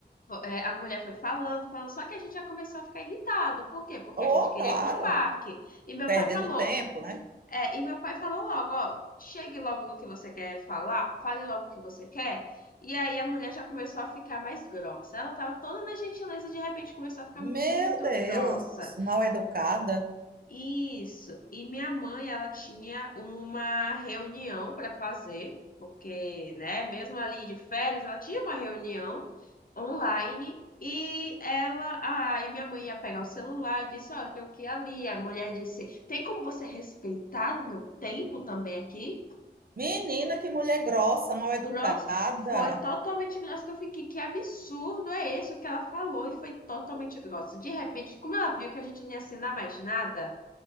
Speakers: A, on the left; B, on the right.
A: é, A mulher foi falando, falando, só que a gente já começou a ficar irritado. Por quê? Porque
B: oh,
A: a gente queria
B: claro,
A: ir pro parque. E meu
B: perdendo
A: pai falou,
B: tempo, né?
A: é, e meu pai falou logo, ó, chegue logo no que você quer falar, fale logo o que você quer. E aí a mulher já começou a ficar mais grossa. Ela tava toda na gentileza, de repente começou a ficar
B: Meu
A: muito
B: Deus,
A: grossa.
B: mal educada.
A: Isso. E minha mãe, ela tinha uma reunião para fazer, porque, né, mesmo ali de férias, ela tinha uma reunião online e ela, ah, e minha mãe ia pegar o celular e disse, ó, eu tenho que ir ali. A mulher disse, tem como você respeitar o meu tempo também aqui?
B: Menina, que mulher grossa, mal educada.
A: Grossa, foi totalmente grossa que eu fiquei, que absurdo é isso que ela falou e foi totalmente grossa. De repente, como ela viu que a gente não ia assinar mais nada,